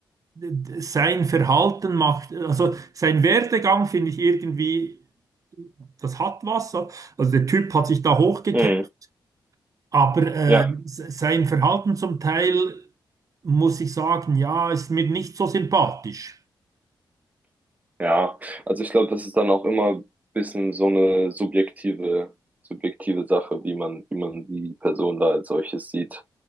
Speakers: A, on the right; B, on the right.
A: d- d- sein Verhalten macht, also sein Werdegang finde ich irgendwie das hat was. so. Also der Typ hat sich da hochgekämpft,
B: Mm,
A: aber äh,
B: ja,
A: se- sein Verhalten zum Teil, muss ich sagen, ja, ist mir nicht so sympathisch.
B: ja. Also ich glaube, das ist dann auch immer ein bisschen so eine subjektive, subjektive Sache, wie man, wie man die Person da als solches sieht.